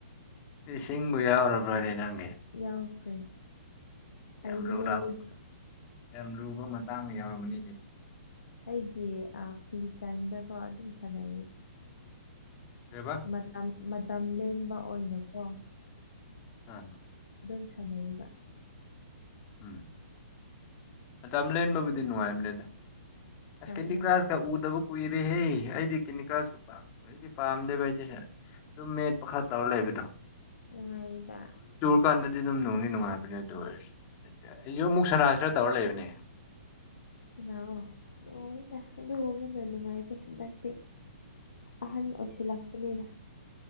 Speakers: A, on the left; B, on the left.
A: ꯏꯁꯤꯡ ꯕꯌꯥ ꯍꯔꯕ꯭ꯔꯥꯅꯦ ꯅꯪ
B: ꯌꯥꯎꯈ꯭ꯔꯦ ꯍꯩꯕꯅꯦ
A: ꯌꯥꯝ ꯂꯨꯨꯔꯑ
B: ꯑꯗꯨꯁꯨ
A: ꯌꯥꯝ ꯂꯨꯕ ꯃꯇꯥꯡꯗ ꯌꯥꯎꯔꯝꯔꯕꯅꯤꯅꯦ
B: ꯑꯩꯒꯤ ꯐ꯭ꯔꯤ ꯇꯥꯏꯝꯗꯀꯣ ꯑꯗꯨꯝ ꯁꯥꯟꯅꯩ
A: ꯀꯩꯕ
B: ꯃꯇꯝ ꯃꯇꯝ ꯂꯦꯟꯕ ꯑꯣꯏꯅꯀꯣ
A: ꯑ
B: ꯑꯗꯨꯝ ꯁꯥꯟꯅꯔꯤꯕ
A: ꯎꯝ ꯑ ꯂꯦꯟꯕꯕꯨꯗꯤ ꯅꯨꯡꯉꯥꯏꯕꯅꯦꯗ
B: ꯍꯣꯏ
A: ꯁꯦꯀꯦꯟꯔꯤ
B: ꯅꯪ
A: ꯀ ꯀ꯭ꯂꯥꯁꯗ ꯀꯨꯏꯔꯦꯍꯦ ꯑꯩꯗꯤ ꯀꯦꯅꯤꯀ꯭ꯔꯥꯁꯀ ꯄꯄ ꯑꯩꯗꯤ ꯄꯥꯝꯗꯦꯕ ꯑꯩꯗꯤ ꯑꯗꯨꯝ ꯃꯦꯠꯄ ꯈꯔ ꯇꯧꯔ ꯂꯩꯕꯗꯣ
B: ꯎ ꯏꯗ
A: ꯗꯨꯀꯥꯟꯗꯗꯤ ꯑꯗꯨꯝ ꯅꯨꯡꯅꯤ ꯅꯨꯡꯉꯥꯏꯕꯅꯦ ꯑꯗꯨ ꯑꯣꯏꯔ ꯑꯩꯁꯨ ꯑꯃꯨꯛ ꯁꯅꯥꯁꯤꯔ ꯇꯧꯔ ꯂꯩꯕꯅꯦ
B: ꯀꯅꯥꯑꯣ ꯅꯨꯡꯉꯥꯏꯗ ꯑꯗꯨꯒꯨꯝꯕꯅ ꯅꯨꯡꯉꯥꯏꯔꯤ ꯍꯟꯗꯛꯇꯤ ꯑꯍꯟ ꯑꯣꯏꯁꯤꯜꯂꯛꯄꯅꯤꯅ